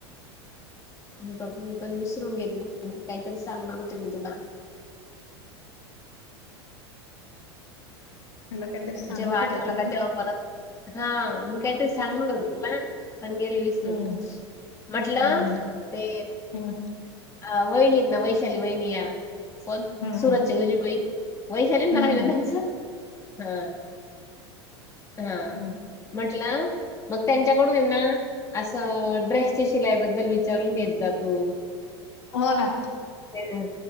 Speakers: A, on the left; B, on the left.
A: हे बघ मी पण विसरून गेले काहीतरी सांगणार होते मी तुला.
B: म्हटलं काहीतरी सांगत
A: जेव्हा आठवलं
B: होत्या तुम्ही
A: का तेव्हा परत हा मी काहीतरी सांगणार होती तुला पण गेले विसरून.
B: हम्म
A: म्हटलं
B: हम्म
A: ते
B: हम्म
A: अ वहिणी हायना वैशाली वहिणी या कोण
B: हम्म
A: सुरतची
B: हम्म
A: विजूबइन. वैशालीच
B: हम्म
A: नाव आहे
B: हम्म
A: ना त्यांचं हा, हा.
B: हम्म
A: म्हंटलं मग त्यांच्याकडून ये ना असं ड्रेसच्या शिलाईबद्दल विच चारून घेतजा तू.
B: हो ना.
A: हम्म,